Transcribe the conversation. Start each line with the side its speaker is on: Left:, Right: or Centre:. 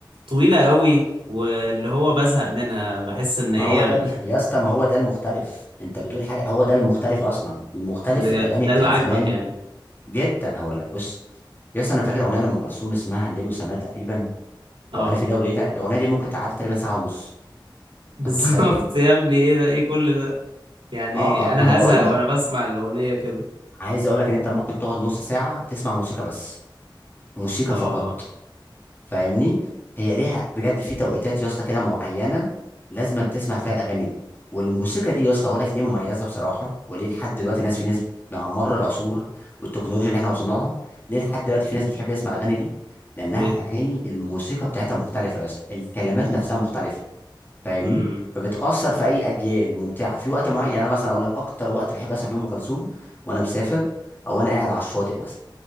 Right: طويله قوي واللي هو بزهق منها بحس ان هي
Left: ما هو ده ال-
Right: <laughs>
Left: يا اسطى ما هو ده المختلف انت بتقول حاجه هو ده المختلف اصلا المختلف
Right: بجد
Left: في الاغاني
Right: ده
Left: بتاعت
Right: اللي عاجبك
Left: زمان
Right: يعني
Left: جدا هقول لك بص يا اسطى انا فاكر اغنيه لام كلثوم اسمها الليل وسماه تقريبا
Right: اه
Left: او الف ليله وليله الاغنيه دي ممكن تعدي تقريبا ساعه ونص
Right: <laughs> بالظبط
Left: انت متخيل
Right: يا ابني ايه ده ايه كل ده يعني
Left: اه اه
Right: انا
Left: ما انا بقول
Right: هزهق
Left: لك
Right: وانا بسمع الاغنيه كده
Left: عايز اقول لك ان انت ممكن تقعد نص ساعه تسمع موسيقى بس موسيقى
Right: اه
Left: فقط فاهمني هي ليها بجد في توقيتات يا اسطى كده معينه لازم تسمع فيها الاغاني دي والموسيقى دي يا اسطى اقول لك ليه مميزه بصراحه وليه لحد دلوقتي ناس في ناس مع مر العصور والتكنولوجيا اللي احنا وصلنا لها ليه لحد دلوقتي في ناس بتحب تسمع الاغاني دي لانها
Right: ليه
Left: اغاني الموسيقى بتاعتها مختلفه يا اسطى الكلمات نفسها مختلفه فاهمني
Right: امم
Left: فبتاثر في اي اجيال ممتعه في وقت معين يعني انا مثلا اقول لك اكتر وقت بحب اسمع فيه ام كلثوم وانا مسافر او انا قاعد على الشاطئ مثلا